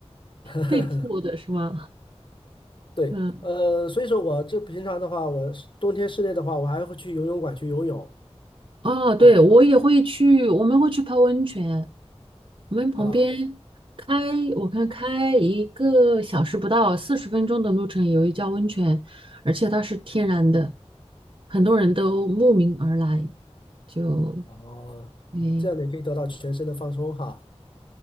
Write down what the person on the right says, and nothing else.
被迫的，是吗？
嗯，
啊，对，
我也会去，我们会去泡温泉。我们旁边
开，我看开一个小时不到，四十分钟的路程有一家温泉，而且它是天然的，很多人都慕名而来，就，
嗯，